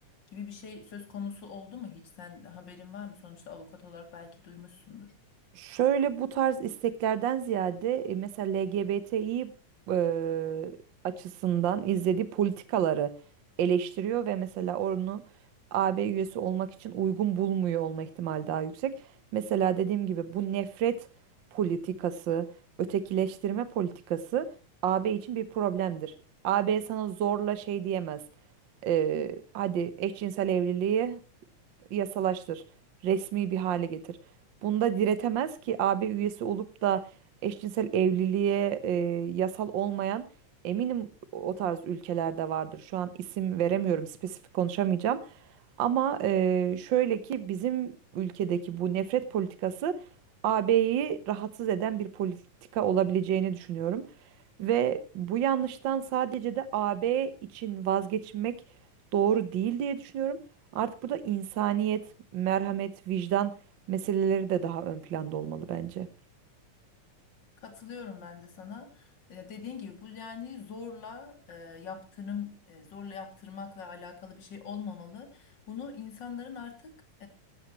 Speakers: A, on the left; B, on the right.
A: gibi bir şey söz konusu oldu mu hiç? Sen haberin var mı? Sonuçta avukat olarak belki duymuşsundur.
B: Şöyle bu tarz isteklerden ziyade e, mesela LGBTİ e, açısından izlediği politikaları eleştiriyor ve mesela onu AB üyesi olmak için uygun bulmuyor olma ihtimali daha yüksek. Mesela dediğim gibi bu nefret politikası, ötekileştirme politikası AB için bir problemdir. AB sana zorla şey diyemez. e, hadi eşcinsel evliliği yasalaştır, resmi bir hale getir. Bunda diretemez ki AB üyesi olup da eşcinsel evliliğe e, yasal olmayan eminim o tarz ülkelerde vardır. Şu an isim veremiyorum, spesifik konuşamayacağım. Ama eee, şöyle ki bizim ülkedeki bu nefret politikası AB'yi rahatsız eden bir politika olabileceğini düşünüyorum. Ve bu yanlıştan sadece de AB için vazgeçmek doğru değil diye düşünüyorum. Artık burada insaniyet, merhamet, vicdan meseleleri de daha ön planda olmalı bence.
A: Katılıyorum ben de sana. E, dediğin gibi bu yani zorla e, yaptırım, e, zorla yaptırmakla alakalı bir şey olmamalı. Bunu insanların artık